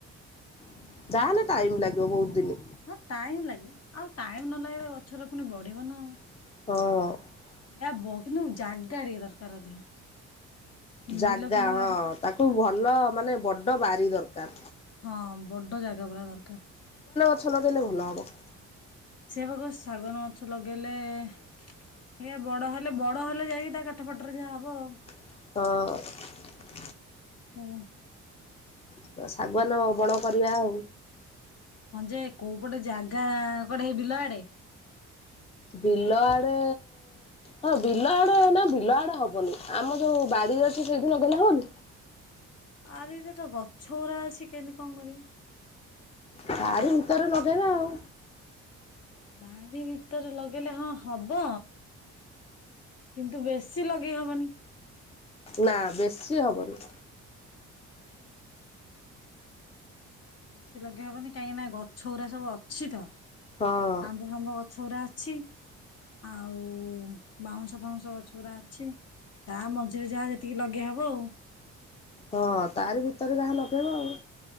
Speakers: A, on the left; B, on the left.
A: <inaudible> ଯାହାହେଲେ ଟାଇମ ଲାଗିବ ବହୁତ ଦିନି
B: ହଁ ଟାଇମ୍ ଲାଗିବ ଆଉ ଟାଇମ୍ ନ ଲାଗିଲ ଗଛରେ ପୁଣି ବଢିବ ନା ଆଉ
A: <inaudible> ହଁ <inaudible>
B: ଏବୋ କିନ୍ତୁ ଜାଗା ଟିକେ ଦରକାର ଅଧିକ।
A: ଜାଗା
B: ବିଲ ଫିଲ
A: ହଁ
B: ଆଡେ।
A: ତାକୁ ଭଲ ମାନେ ବଡ ବାରି ଦରକାର।
B: ହଁ ବଡ ଜାଗା ପୁରା ଦରକାର।
A: ଛଲ ଗେଲେ ଭଲ ହବ। <inaudible>
B: ସେ ପାଖ ଶାଗନ ଗଛ ଲଗେଇଲେ <inaudible> ଏଇ ବଡ ହେଲେ ବଡ ହେଲେ ଯାଇକି ତା କାଠପାଠ ରେ ଯାହା ହବ ଆଉ।
A: <inaudible> ହଁ। <inaudible>
B: <inaudible> ହଁ। <inaudible>
A: <unintelligible> ଶାଗୁଆାନ ବଣ କରିବା ଆଉ
B: ହଁ ଯେ କୋଉ ପଟେ ଜାଗା କଡେ ହେଇ ବିଲ ଆଡେ।
A: ବିଲ ଆଡେ ହଁ ବିଲ ଆଡେ ନା ବିଲ ଆଡେ ହବନି ଆମ ଯୋଉ ବାଡି ଅଛି ସେଇଠି ନଗଲେ ହଅନି। <inaudible>
B: ଆରେ ଏଇଟା ତ ଗଛ ଗୁରା ଅଛି କେମିତି କଣ କରିବି।
A: ଶାରୁ ଭିତର ଲଗେଇବା ଆଉ।
B: ବହାରି ଭିତରେ ଲଗେଇଲେ ହଁ ହବ କିନ୍ତୁ ବେଶୀ ଲଗେଇ ହବନି।
A: ନା ବେଶି ହବନି।
B: ବେଶୀ ଲଗେଇ ହବନି କାହିଁକି ନା ଗଛଗୁରା ସବୁ ଅଛିତ।
A: ହଁ।
B: ଆମ୍ବ ଫାମ୍ବ ଗଛଗୁରା। ଛି ଆଉ ବାଉଁଶ ଫାଉଁଶ ଗଛଗୁରା ଅଛି ତା ମଝିରେ ଯାହା ଯେତିକି ଲଗେଇହବ ଆଉ।
A: ହଁ ତାରି ଭିତରେ ଯାହା ଲଗେଇବ ଆଉ।